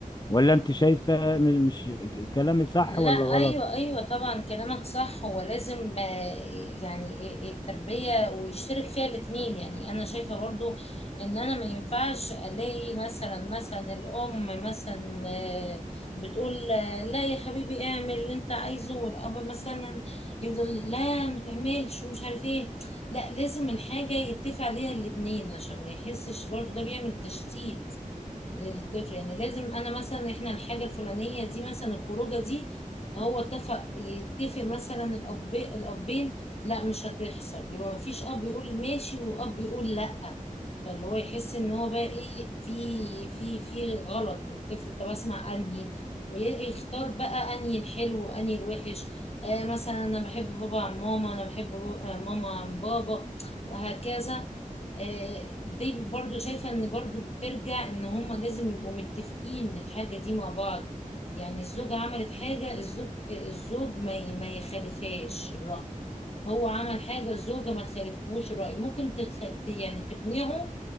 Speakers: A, on the left; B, on the left.
A: ولا انت شايفة م- مش كلامي صح
B: لا
A: ولا
B: ايوه
A: غلط
B: ايوه طبعا كلامك صح هو لازم آه، يعني التربيه ويشترك فيها الاتنين يعني انا شايفه برضو ان انا ما ينفعش الاقي مثلا مثلا الام مثلا آه، بتقول آه، لا يا حبيبي اعمل اللي انت عايزه والاب مثلا يفضل لا ما تعملش ومش عارف ايه لا لازم الحاجه يتفق عليها الاتنين عشان ما يحسش برضو ده بيعمل تشتيت للطفل يعني لازم انا مثلا احنا الحاجه الفلانيه دي مثلا الخروجه دي هو اتفق يتفق مثلا الاب الابين لا مش هتحصل يبقى ما فيش اب يقول ماشي واب يقول لا فاللي هو يحس ان هو بقى ايه في في في غلط الطفل طب اسمع انهي ويختار بقى انهي الحلو وانهي الوحش آه مثلا انا بحب بابا عن ماما انا بحب بو- آه، ماما عن بابا وهكذا آه، دي برضو شايفة ان برضو بترجع ان هما لازم يبقوا متفقين الحاجة دي مع بعض يعني الزوجة عملت حاجة الزوج الزوج ما ي- ما يخالفهاش الرأي هو عمل حاجة الزوجة ما تخالفهوش الرأي ممكن تخ... يعني تقنعه